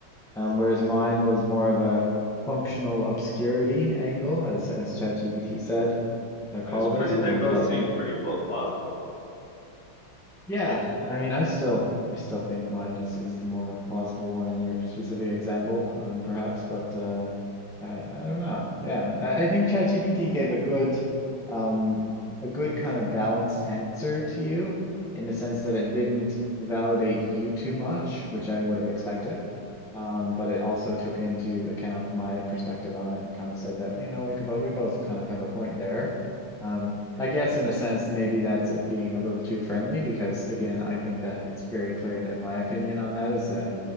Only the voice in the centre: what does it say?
Um, whereas mine was more of a functional obscurity angle, as as ChatGPT said, uh, called
it,
um,
that
yeah, I mean, I still I still think mine is is the more plausible one in your specific example, um, perhaps, but uh, I I don't know. Yeah, I, I think ChatGPT gave a good um a good kind of balanced answer to you in the sense that it didn't validate you too much, which I would have expected. Um, but it also took into account my perspective on it and kind of said that, you know, we could, but we both kind of have a point there. Um,
I guess in a sense, maybe that's it being a little too friendly because again, I think that it's very clear that my opinion on that is uh